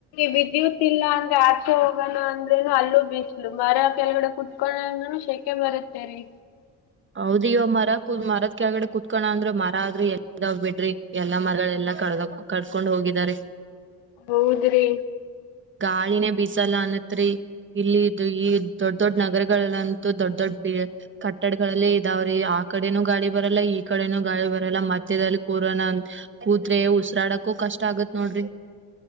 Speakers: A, on the left; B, on the right.
A: ವಿದ್ಯುತ್ ಇಲ್ಲ ಅಂದ್ರೆ ಆಚೆ ಹೋಗಣ ಅಂದ್ರೇನು ಅಲ್ಲೂ ಬಿಸಲು ಮರ ಕೆಳಗಡೆ ಕುೂ ಶಖೆ ಬರ ಸರಿ
B: ಹೌದ ಇವ ಮರ ಮರದ ಕೆಳಗಡೆ ಕುೂತ್ಕೋಣ ಅಂದ್ರ ಮರ ಆದ್ರೆ ಎಾಗ ಬಿಡ್ರಿ ಎಲ್ಲಾ ಮರಗಳೆಲ್ಲಾ ಕಡ ಕಡ್ಕೊಂಡ್ ಹೋಗಿದಾರಿ
A: ಹೌದ್ರಿ
B: ಗಾಳಿನೇ ಬೀಿಸಲ್ಲ ಅನತ್ರಿ ಇಲ್ಲಿ ಈ ದೊಡ್ ದೊಡ್ಡ ನಗರಗಳಲ್ಲಂತೂ ದೊಡ್ಡ ದೊಡ್ಡ ಕಟ್ಟಡ ಗಳಲ್ಲಿ ಇದಾವ್ರಿ ಆ ಕಡೆನೂ ಗಾಡಿ ಬರಲ್ಲ ಈ ಕಡೆನೂ ಗಾಳಿ ಬರಲ್ಲ ಮಧ್ಯದಲ್ಲಿ ಕೋರೋನಾ ಅ ಕೂತ್್ರೆ ಉಸರಾಡಕೂ ಕಷ್ಟ ಆಗತ್ ನೋಡ್ರಿ